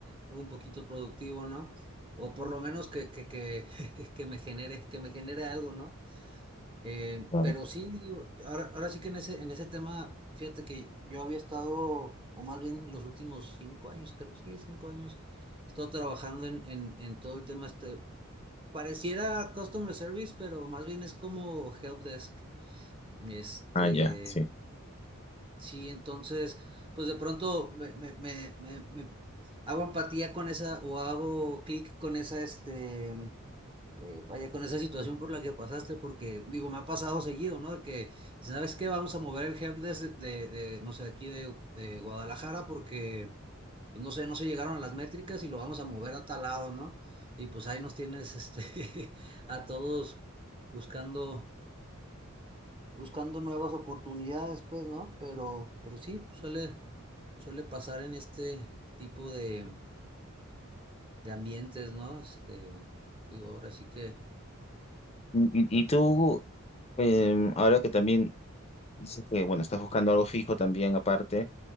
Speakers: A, on the right; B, on the left.
A: algo un poquito productivo, ¿no? O por lo menos que, que, que, <laughs> que me genere, que me genere algo, ¿no? Eh,
B: Claro.
A: pero sí, digo, ahora, ahora sí que en ese, en ese tema, fíjate que yo había estado, o más bien los últimos cinco años, creo, sí, cinco años, he estado trabajando en, en, en todo el tema este, pareciera customer service, pero más bien es como help desk. Este,
B: Ah, ya, sí.
A: sí, entonces, pues de pronto me, me, me, me- me hago empatía con esa, o hago clic con esa, este, eh, vaya, con esa situación por la que pasaste, porque digo, me ha pasado seguido, ¿no? De que, ¿sabes qué? Vamos a mover el help desk de, de, no sé, de aquí de, de Guadalajara porque, pues no sé, no se llegaron a las métricas y lo vamos a mover a tal lado, ¿no? Y pues ahí nos tienes, este, <laughs> a todos buscando, buscando nuevas oportunidades, pues, ¿no? Pero, pero sí, suele, suele pasar en este tipo de, de ambientes, ¿no? Este, digo, ahora sí que...
B: Y, y y tú, Em, ahora que también dices que, bueno, estás buscando algo fijo también aparte,